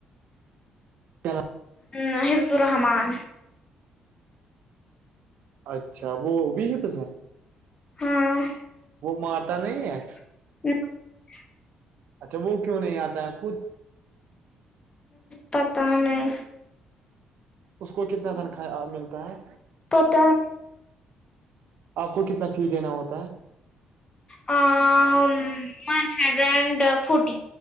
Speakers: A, on the right; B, on the left.
A: چلو
B: ہ حفظ الرحمان
A: اچھا وہ بھی ہے پسین
B: ہاں
A: وہ مارتا نہیں ہے
B: <unintelligible>
A: اچھا وہ کیوں نہیں آتا ہے خود
B: پتہ میں
A: اس کو کتنا دن ملتا ہے
B: پتہ
A: آپ کو کتنا فی دینا ہوتا ہے
B: ون ہنڈریڈ اینڈ فٹی